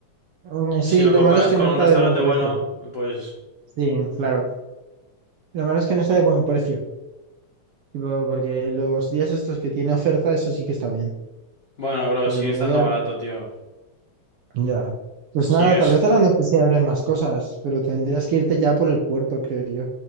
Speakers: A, on the right (about 70°); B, on the left (about 50°).
A: Mm,
B: Si
A: Sí,
B: lo
A: lo
B: comparas
A: malo es que
B: con
A: no está
B: un restaurante
A: de buen precio.
B: bueno, pues
A: Sí, claro. Lo malo es que no está de buen precio. tipo, porque los días estos que tiene oferta, eso sí que está bien.
B: bueno, bro,
A: Pero
B: sigue
A: ni
B: estando
A: idea.
B: barato, tío.
A: Ya. Pues
B: Sigues.
A: nada, tal vez a la noche sí abren más cosas, pero tendrías que irte ya por el puerto, creo yo.